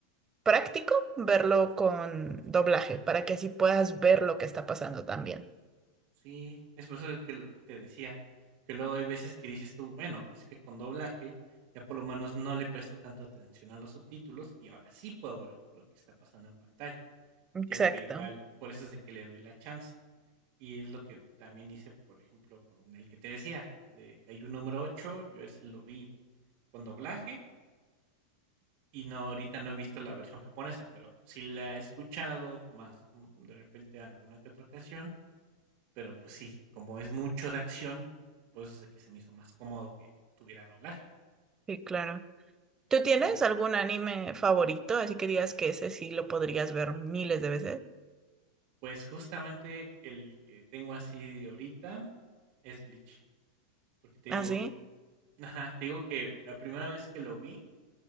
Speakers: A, on the right; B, on the right.
A: práctico verlo con doblaje para que así puedas ver lo que está pasando también.
B: Sí, es por eso que lo que te decía, que luego hay veces que dices tú, bueno, es que con doblaje ya por lo menos no le presto tanto atención a los subtítulos y ahora sí puedo ver lo que está pasando en pantalla. Y
A: Exacto,
B: te digo que igual, por eso es de que le doy la chance. Y es lo que también hice, por ejemplo, con el que te decía, de Caillou número ocho, yo ese lo vi con doblaje y no ahorita no he visto la versión japonesa, pero sí la he escuchado más mm, de repente alguna que otra ocasión pero, pues sí, como es mucho de acción, pues es de que se me hizo más cómodo que tuviera doblaje.
A: sí, claro. ¿Tú tienes
B: Y la
A: algún anime favorito? Así que digas que ese sí lo podrías ver miles de veces.
B: pues, justamente el que tengo así de ahorita es Bleach, porque te
A: ¿Ah,
B: digo
A: sí?
B: ajá, te digo que la primera vez que lo vi,